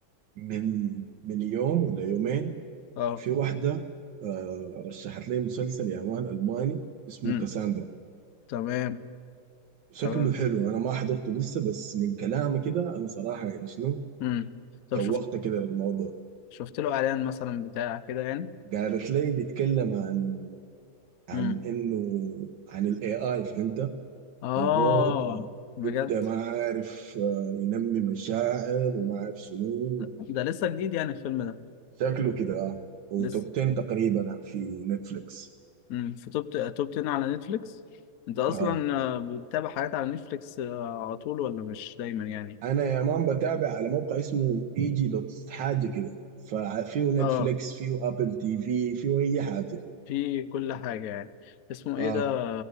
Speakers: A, on the right (about 65°); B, on the left (about 80°).
A: من من يوم ولا يومين
B: اه
A: في واحدة آه، رشحت لي مسلسل يا مان ألماني اسمه
B: امم
A: كاساندرا
B: تمام
A: شكله
B: تمام
A: حلو أنا ما حضرته لسه بس من كلامي كده أنا صراحة يعني شنو
B: امم طب
A: شوقت
B: شفت
A: كده للموضوع
B: شفت له اعلان مثلا بتاع كده يعني
A: قالت لي بيتكلم عن عن
B: امم
A: إنه عن ال AI فهمت
B: اه
A: روبوت
B: بجد
A: ويبدأ ما عارف آه، ينمي مشاعر وما عارف شنو
B: ده, ده لسه جديد يعني الفيلم ده
A: شكله كده آه. وتوب
B: لسه
A: 10 تقريبا في نتفليكس
B: امم في توب توب 10 على نتفليكس انت اصلا
A: اه
B: آه، بتتابع حاجات على نتفليكس آه، على طول ولا مش دايما يعني
A: انا يا مان بتابع على موقع اسمه اي جي دوت حاجه كده ففيه نتفليكس
B: اه
A: فيه ابل تي في فيه اي حاجه
B: في كل حاجة يعني اسمه
A: اه
B: ايه ده